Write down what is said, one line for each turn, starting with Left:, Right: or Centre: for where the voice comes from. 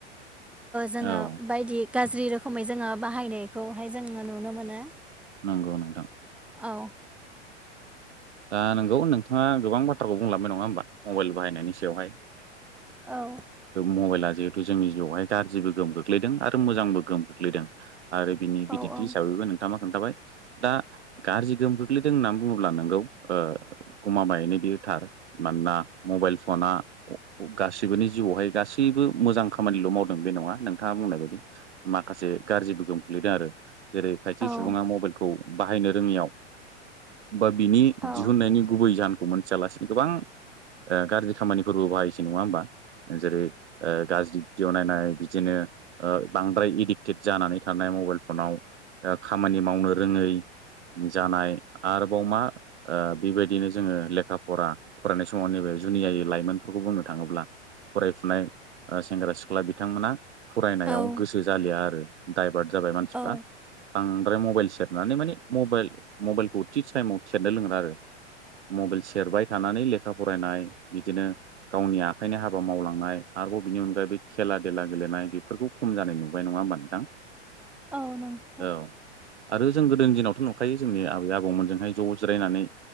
Centre: जोङो
Right: औ
Centre: बायदि गाज्रि रोखोमै जोङो बाहायनायखौहाय जोङो नुनो मोनो।
Right: नंगौ नोंथां।
Centre: औ।
Right: दा नंगौ नोंथाङा गोबां बाथ्राखौ बुंलांबाय नङा होमबा मबाइल बाहायनायनि सायावहाय।
Centre: औ।
Right: मबाइला जिहेतु जोंनि जिउआवहाय गाज्रिबो गोहोम खोख्लैदों आरो मोजांबो गोहोम खोख्लैदों। आरो बिनि
Centre: औ
Right: बिदिन्थि
Centre: औ
Right: हिसाबैबो नों थांआ खोन्थाबाय दा गाज्रि गोहोम खोख्लैदों होननानै बुङोब्ला नोंगौ ओ गमामायैनो बियो थार। मानोना मबाइल फना गासिबोनि जिउआवहाय गासैबो मोजां खामानिल' मावदों बे नङा। नोंथाङा बुंनाय बायदि माखासे गाज्रि गोहोम ख्लैदों आरो। जेरै खायसे
Centre: औ
Right: सुबुङा मबाइलखौ बाहायनो रोङियाव बा बिनि
Centre: औ
Right: दिहुननायनि गुबै जाहोनखौ मोनथियालासेनो गोबां गाज्रि खामानिफोरबो बाहायसै नङा होमबा। जेरै - गाज्रि भिडअ नायनाय, बिदिनो बांद्राय एडिक्टेड जानानै थानाय मबाइल फनाव खामानि मावनो रोङै जानाय, आरोबाव मा बे बायदिनो जोङो लेखा फरा फरायनाय समाव। नैबे जुनियायै लाइमोनफोरखौ बुंनो थाङोब्ला फरायफुनाय सेंग्रा सिख्ला बिथांमोना फरायनायाव
Centre: औ
Right: गोसो जालिया आरो दाइभार्ट जाबाय मानसिफ्रा।
Centre: औ
Right: बांद्राय मबाइल सेरनानै माने मबाइल मबाइलखौ थि टाइमाव सेरनो रोंला आरो। मबाइल सेरबाय थानानै लेखा फरायनाय, बिदिनो गावनि आखाइनि हाबा मावलांनाय आरोबाव बिनि अनगायैबो खेला देला गेलेनाय बेफोरखौ खम जानाय नुबाय नङा होमबा नोंथां।
Centre: औ नंगौ।
Right: औ आरो जों गोदो दिनावथ' नुखायो जोंनि आबै आबौमोनजोंहाय होनानै